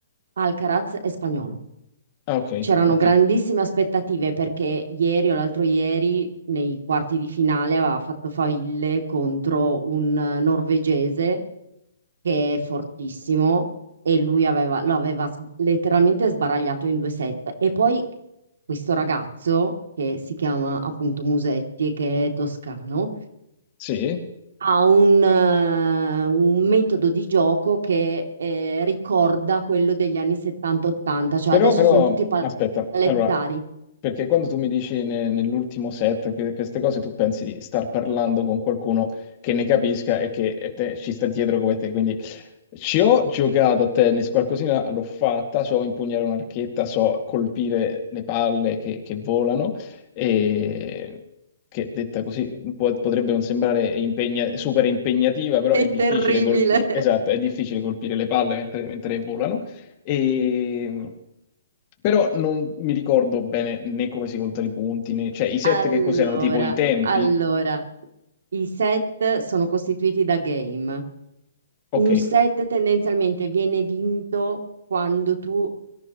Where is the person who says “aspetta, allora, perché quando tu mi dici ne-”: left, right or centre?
Left